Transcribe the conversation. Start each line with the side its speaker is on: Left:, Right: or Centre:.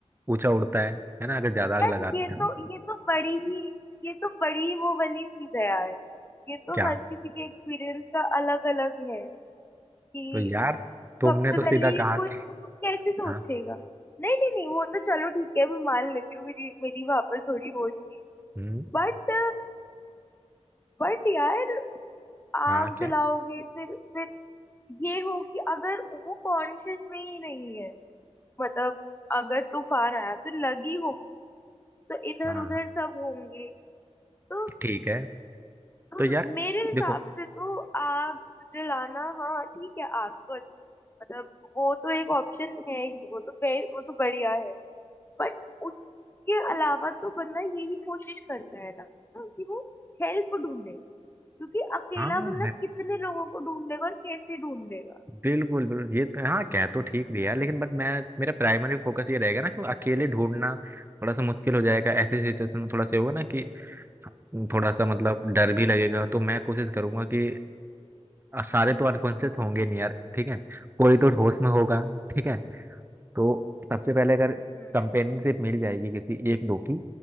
Right: ऊंचा उड़ता है है ना अगर ज्यादा आग
Left: यार
Right: लगाते
Left: ये
Right: हैं
Left: तो
Right: हम
Left: ये तो बड़ी ही ये तो बड़ी ही वो वाली चीज है यार ये तो
Right: क्या
Left: हर किसी के एक्सपीरियंस का अलग अलग है कि
Right: तो यार तुमने
Left: सबसे
Right: तो सीधा
Left: पहले ये
Right: कहा
Left: कोई
Right: कि
Left: तो कैसे सोचेगा
Right: हाँ
Left: नहीं नहीं नहीं वो तो चलो ठीक है मैं मान लेती हूँ मेरी मेरी वहां पर थोड़ी वो थी
Right: हम्म
Left: बट बट यार आग
Right: हाँ क्या
Left: जलाओगे फिर फिर ये हो कि अगर वो कॉन्शियस में ही नहीं है मतलब अगर तूफान आया तो लगी होगी तो इधर
Right: हाँ
Left: उधर
Right: हाँ
Left: सब होंगे तो
Right: ठीक है
Left: तुम
Right: तो यार
Left: मेरे हिसाब
Right: देखो
Left: से तो आग जलाना हाँ ठीक है आग तो मतलब वो तो एक ऑप्शन है ही वो तो बे, वो तो बढ़िया है बट उसके अलावा तो बंदा यही कोशिश करता है ना कि वो हेल्प ढूंढे क्योंकि अकेला
Right: हाँ
Left: बंदा कितने लोगों को ढूंढेगा और कैसे ढूंढेगा
Right: बिल्कुल बिल्कुल ये तो हाँ कह तो ठीक रही है लेकिन बट मैं मेरा प्राइमरी फोकस ये रहेगा ना कि अकेले ढूंढना थोड़ा सा मुश्किल हो जाएगा ऐसी सिचुएशन में थोड़ा सा ये होगा ना कि थोड़ा सा मतलब डर भी लगेगा तो मैं कोशिश करूंगा कि सारे तो अनकॉन्शियस होंगे नहीं यार ठीक है कोई तो होश में होगा ठीक है तो सबसे पहले अगर
Left: हम्म
Right: कंपेनियनशिप मिल जाएगी किसी एक दो की